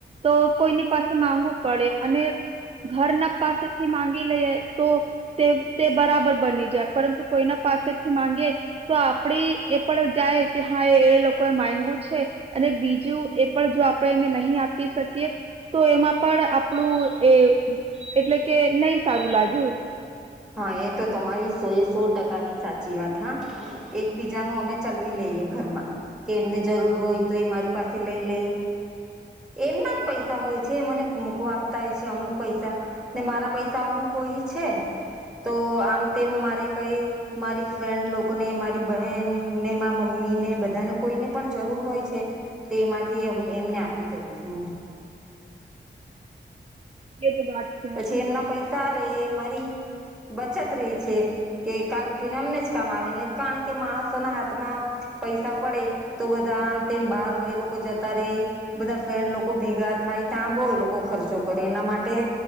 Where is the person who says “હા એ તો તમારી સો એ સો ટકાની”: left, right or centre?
Centre